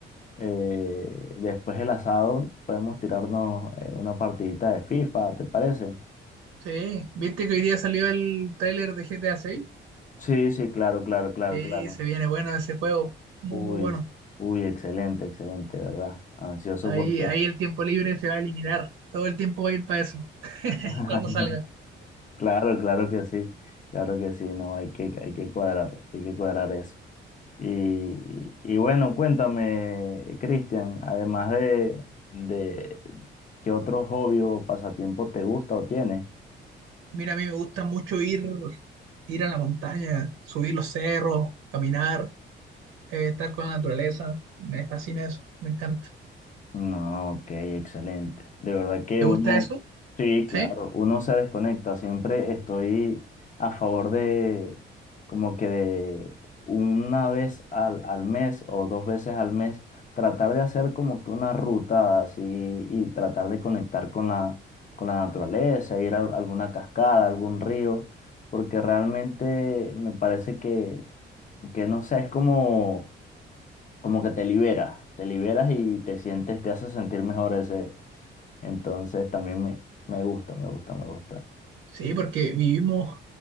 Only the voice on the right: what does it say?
Sí. ¿Viste que hoy día salió el tráiler de GTA 6?
Sí,
se viene bueno ese juego. Muy,
muy bueno.
Ahí,
ahí el tiempo libre se va a eliminar. Todo el tiempo va a ir para eso. <laughs>
Cuando salga.
Mira, a mí me gusta mucho ir, ir a la montaña, subir los cerros, caminar, eh, estar con la naturaleza. Me fascina eso. Me encanta.
¿Te
gusta eso?
¿Sí?
Sí, porque vivimos